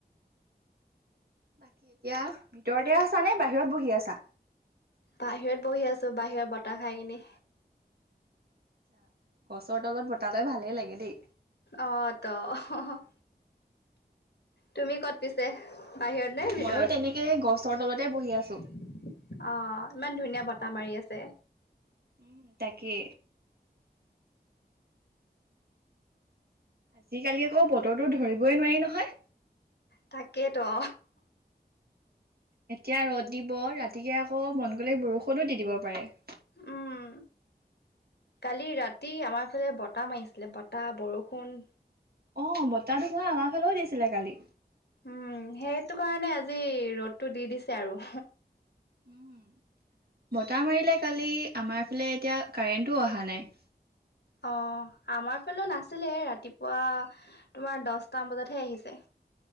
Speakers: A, on the right; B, on the left.
A: বাকী এতিয়া ভিতৰতে আছা নে বাহিৰত বহি আছা?
B: বাহিৰত বহি আছো বাহিৰত বতাহ খাই কিনি।
A: আ গছৰ তলত বতালৈ ভালেই লাগে দেই।
B: অ', ত'। তুমি ক'ত পিছে? বাহিৰত নে ভিতৰত।
A: ময়ো তেনেকে গছৰ তলতে বহি আছো
B: অ', ইমান ধুনীয়া বত টা মাৰি আছে।
A: উম তাকে। আজিকালি আকৌ বতৰটো ধৰিবই নোৱাৰি নহয়।
B: তাকেইেতো।
A: এতিয়া ৰ'দ দিব ৰাতিকে আকৌ মন গ'লে বৰষুণো দি দিব পাৰে। <inaudible>
B: উম, কালি ৰাতি আমাৰ ফালে বতাহ মাৰিছিলে বতাহ বৰষুণ
A: অ', বতাহ ধুমুহা আমাৰ ফালেও দিছিলে কালি।
B: উম সেইটো কাৰণে আজি ৰ'দটো দি দিছে আৰু।
A: উম। বতাহ মাৰিলে কালি আমাৰ ফালে এতিয়া কাৰেণ্টো অহা নাই।
B: অ', আমাৰ ফালে নাছিলে ৰাতিপুৱা তোমাৰ দশটাম বজাতহে আহিছে।